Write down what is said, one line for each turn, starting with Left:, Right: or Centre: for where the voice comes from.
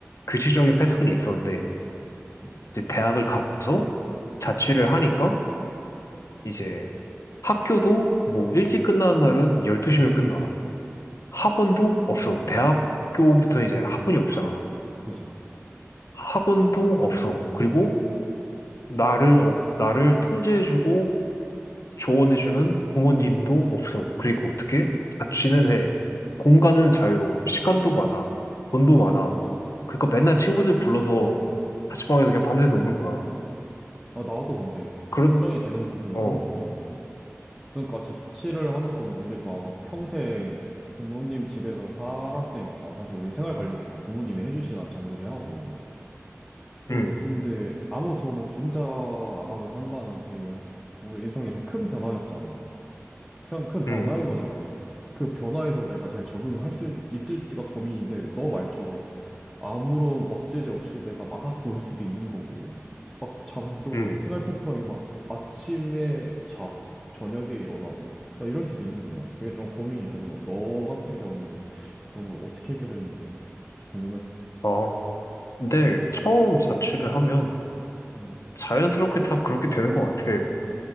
Left: 규칙적인 패턴이 있었는데
Centre: 음,
Left: 이제 대학을 가서 자취를 하니까 이제 학교도 뭐 일찍 끝나는 날은 12시면 끝나. 학원도 없어. 대학교부터 이제 학원이 없잖아.
Centre: 그지.
Left: 학원도 없어. 그리고 나를, 어- 나를 통제해주고 조언해주는 부모님도 없어. 그리고 어떻게? 자취는 해. 공간은 자유로워. 시간도 많아. 돈도 많아. 그러니까 맨날 친구들 불러서 자취방에서 그냥 밤새 노는 거야.
Centre: 아, 나도 근데
Left: 그러다,
Centre: 걱정이 되는 부분이
Left: 어,
Centre: 그런 부분이었거든. 그러니까 자취를 하는 거는 우리가 평생 부모님 집에서 살았으니까 사실 우리 생활 관리도 다 부모님이 해주시나 잔소리하고
Left: 응,
Centre: 음, 근데 아무 도움 없이 혼자 나가서 산다는 게 우리 인생에서 큰 변화였잖아 큰, 큰 변화인
Left: 응,
Centre: 거잖아 그 변화에서 내가 잘 적응을 할 수 있을지가 고민인데 너 말처럼 아무런 억제제 없이 내가 막 놀 수도 있는 거고, 막 잠도
Left: 응.
Centre: 생활 패턴이 막 아침에 자고, 저녁에 일어나고, 막 이럴 수도 있는 거잖아. 그게 좀 고민이 되더라고. 너 같은 경우는 그런 걸 어떻게 해결했는지 궁금했어.
Left: 어, 근데 처음 자취를 하면
Centre: 음.
Left: 자연스럽게 다 그렇게 되는 것 같아.